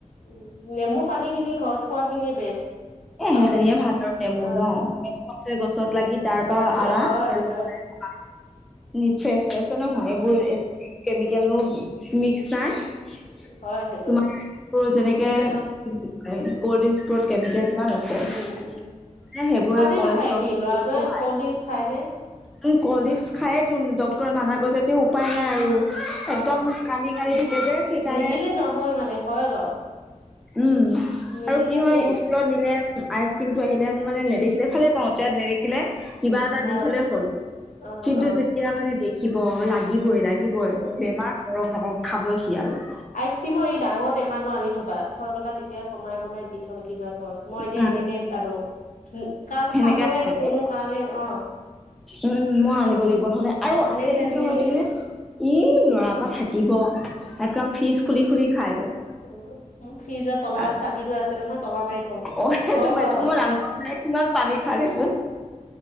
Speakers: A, on the left; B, in the centre.
A: উ নেমু পানীখিনি ঘৰত খোৱাখিনিয়ে বেষ্ট।
B: এ
A: আৰু
B: সেইখিনিয়ে
A: বিচ
B: ভাল আৰু নেমু
A: অ
B: ন। গছত লাগি তাৰ পৰা
A: গছ
B: আনা
A: হয়
B: ফ্ৰেচ
A: হয়
B: ফেছে নহয়
A: অ
B: এইবোৰ কেমিকেল মোৰ মিক্স নাই। তোমাৰ
A: হয় সেইটো
B: <unintelligible> যেনেকে
A: পেকেটৰ
B: কল্ড ড্ৰিংকচবোৰত কেমিকেল কিমান আছে সেইবোৰে
A: উম উম খালে
B: কলেষ্ট্ৰল
A: নাখায় সি ল'ৰাটোৱে
B: বহুত বঢ়ায়।
A: কল্ড ড্ৰিংক খাইনে
B: উম কল্ড ড্ৰিংক খায় তো ডক্তৰে মানা কৈছে তে উপায় নাই আৰু।
A: অ
B: একদম কান্দি কান্দি থাকে যে সেইকাৰণে
A: নিদিলে নহয় মানে হয় বাৰু
B: উম
A: নিদিলে
B: আৰু কি হয়
A: কোনো
B: নিলে আইচ ক্ৰীমটো আহিলে মই মানে নেদেখিলে ভালে পাওঁ <unintelligible> কিবা এটা
A: অ
B: দি থলেও হ'ল
A: অ
B: কিন্তু
A: অ
B: যেতিয়া মানে দেখিব লাগ লাগিবই লাগিবই
A: অ
B: বেমাৰ <unintelligible> খাবই সি আৰু।
A: আইচ ক্ৰীমৰ এই ডাঙৰ টেমাটো আনি থবা। থৈ পেলা তেতিয়া কমাই কমাই দি থবা কিবা মই এতিয়া
B: উম
A: সেনেকে আনো কাৰণ
B: সেনেকে
A: খাবই
B: লাগে
A: কোনো কাৰণে অ'।
B: উম মই আনিব লাগিব নহ'লে আৰু
A: সেনেকে
B: আনিলে কেনেকুৱা
A: আনি
B: হয়
A: আনি
B: <unintelligible> ই ল'ৰাৰ পৰা থাকিব। একদম ফ্ৰিজ খুলি খুলি খাই গৈ।
A: অ' মোৰ ফ্ৰিজত তলা
B: আৰু
A: চাবিটো আছে নহয় তলা মাৰি থওঁ ভয়
B: অ সেইটো মই
A: খোৱা হ'ল।
B: মই ৰান্ধোতে কিমান পানী খাই থাকো।